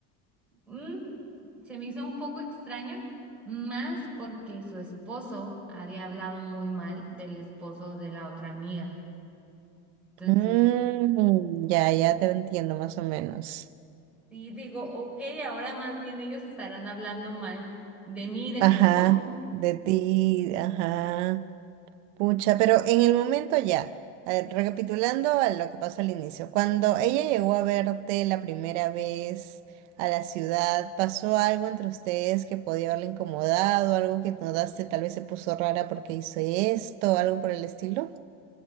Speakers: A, in the centre; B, on the right (about 85°).
A: Mm, se me hizo un poco extraño, más porque su esposo había hablado muy mal del esposo de la otra amiga. Entonces,
B: Mmm, ya, ya te entiendo más o menos.
A: sí digo, ok, ahora más bien ellos estarán hablando mal de mí y de
B: Ajá,
A: mi esposo.
B: de ti, ajá. Pucha, pero en el momento ya, a ver, recapitulando a lo que pasó al inicio, cuando ella llegó a verte la primera vez a la ciudad, ¿pasó algo entre ustedes que podía haberle incomodado, algo que notaste tal vez se puso rara porque hizo esto, algo por el estilo?